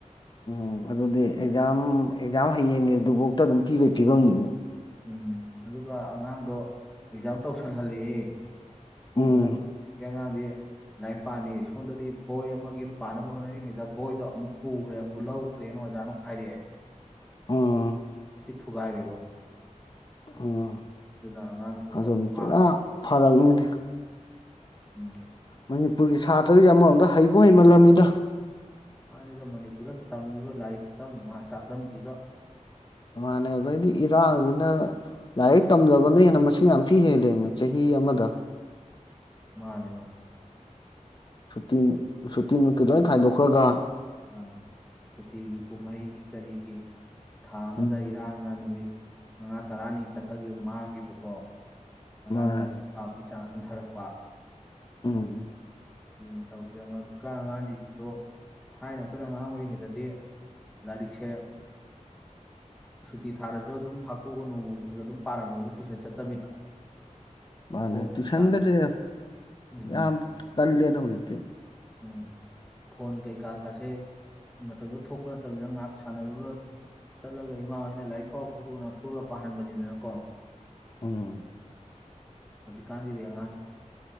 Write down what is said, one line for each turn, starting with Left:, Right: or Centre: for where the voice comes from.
Left: ꯎꯝ ꯑꯗꯨꯗꯤ ꯑꯦꯛꯖꯥꯝ ꯑꯦꯛꯖꯥꯝ ꯍꯌꯦꯡꯅꯦ ꯑꯗꯨꯐꯥꯎꯇ ꯑꯗꯨꯝ ꯄꯤꯕ ꯐꯤꯕꯝꯅꯤꯅ
Centre: ꯎꯝ ꯑꯗꯨꯒ ꯑꯉꯥꯡꯗꯣ ꯑꯦꯛꯖꯥꯝ ꯇꯧꯁꯜꯍꯜꯂꯛꯑꯦ
Left: ꯎꯝ
Centre: ꯑꯗꯨꯅ ꯀꯦꯡꯉꯥꯡꯗꯤ ꯂ ꯄꯅꯤ ꯁꯣꯝꯗꯗꯤ ꯕꯣꯏ ꯑꯃꯒꯤ ꯄꯥꯅꯕ ꯍꯣꯠꯅꯔꯤꯉꯩꯗ ꯕꯣꯏꯗꯣ ꯑꯃꯨꯛ ꯄꯨꯈ꯭ꯔꯦ ꯑꯃꯨꯛ ꯂꯧꯈ꯭ꯔꯦꯅ ꯃꯖꯥꯅ ꯍꯥꯏꯔꯤꯦ
Left: ꯎꯝ
Centre: ꯃꯁꯤ ꯊꯨꯒꯥꯏꯔꯦꯕꯥ
Left: ꯎꯝ
Centre: ꯑꯗꯨꯅ ꯑꯉꯥꯡꯁꯨ
Left: ꯑꯗꯨꯅꯤ
Centre: ꯋꯥꯔꯦ
Left: ꯄꯨꯔꯥ ꯐꯔꯛꯅꯤꯅꯦ
Centre: ꯎꯝ
Left: ꯃꯅꯤꯄꯨꯔꯒꯤ ꯁꯥꯇ꯭ꯔꯁ ꯑꯃ ꯑꯝꯗ ꯍꯩꯕ pꯍꯩꯃꯜꯂꯝꯃꯤꯅ
Centre: ꯃꯥꯅꯤꯗ ꯃꯅꯤꯄꯨꯔꯗ ꯇꯝꯃꯤꯕ ꯂꯥꯏꯔꯤꯛ ꯈꯨꯠꯇꯝ ꯆꯥꯛꯗꯝꯁꯤꯒ
Left: ꯃꯥꯅꯦ ꯑꯗꯨꯗꯩꯗꯤ ꯏꯔꯥꯡꯁꯤꯅ ꯂꯥꯏꯔꯤꯛ ꯇꯝꯖꯕꯅ ꯍꯦꯟꯅ ꯃꯁꯤꯡ ꯌꯥꯝ ꯊꯤ ꯍꯦꯜꯂꯕꯃꯦ ꯆꯍꯤ ꯑꯃꯗ
Centre: ꯃꯥꯅꯦ ꯃꯥ
Left: ꯁꯨꯇꯤ ꯁꯨꯇꯤ ꯅꯨꯡꯠꯇꯤ ꯂꯣꯏ ꯈꯥꯏꯗꯣꯛꯈ꯭ꯔꯒ
Centre: ꯑ ꯁꯨꯇꯤꯒꯤ ꯀꯨꯝꯍꯩꯒꯤ ꯀꯔꯤꯒꯤ ꯊꯥ ꯑꯃꯗ
Left: ꯎꯝ
Centre: ꯏꯔꯥꯡꯅ ꯅꯨꯃꯤꯠ ꯃꯉꯥ ꯇꯔꯥꯅꯤ ꯆꯠꯊꯈꯤꯕ ꯃꯥꯡꯈꯤꯕꯀꯣ ꯑꯉꯥꯡ
Left: ꯃꯥꯅꯦ
Centre: ꯂꯥꯏꯔꯤꯛ ꯄꯥꯕꯒꯤ ꯆꯥꯡ ꯍꯟꯊꯔꯛꯄ
Left: ꯎꯝ
Centre: ꯑꯗꯨꯅ ꯇꯧꯗꯦꯥꯡ ꯍꯧꯖꯤꯛꯀꯥꯟ ꯑꯉꯥꯡꯁꯤꯡꯁꯤꯁꯨ ꯊꯥꯏꯅ ꯑꯩꯈꯣꯏꯅ ꯑꯉꯥꯡ ꯑꯣꯏꯔꯤꯉꯩꯗꯗꯤ ꯂꯔꯤꯛꯁꯦ ꯁꯨꯇꯤ ꯊꯥꯔꯁꯨ ꯑꯗꯨꯝ ꯐꯥꯀꯣꯛꯑꯒ ꯅꯣꯡꯃꯒꯤ ꯈꯔ ꯑꯗꯨꯝ ꯄꯥꯔꯝꯃꯦꯕ ꯇꯨꯏꯁꯟ ꯆꯠꯇꯕꯤꯗ <unintelligible> <unintelligible>
Left: ꯃꯥꯅꯦ
Centre: ꯐꯣꯟ
Left: ꯇꯨꯏꯁꯟꯒꯁꯦ
Centre: ꯀꯩꯀꯥ ꯎꯝ
Left: ꯌꯥꯝ ꯀꯜꯂꯦꯗ ꯍꯧꯖꯤꯛꯇꯤ
Centre: ꯎꯝ ꯐꯣꯟ ꯀꯩꯀꯥꯒꯥꯁꯦ ꯃꯇꯝꯗꯣ ꯊꯣꯛꯄ ꯅꯠꯇꯕꯗꯅ ꯉꯥꯏꯍꯥꯛ ꯁꯥꯟꯅꯔꯨꯔ ꯆꯠꯂꯒ ꯏꯃꯥ ꯍꯣꯏꯅ ꯂꯥꯏꯔꯤꯛ ꯄꯥꯎ ꯈꯨꯔꯨꯅ ꯄꯨꯔ ꯄꯥꯍꯟꯕꯅꯤꯗꯅꯀꯣ
Left: ꯎꯝ
Centre: ꯍꯧꯖꯤ ꯀꯥꯖꯗꯤꯉꯥꯡ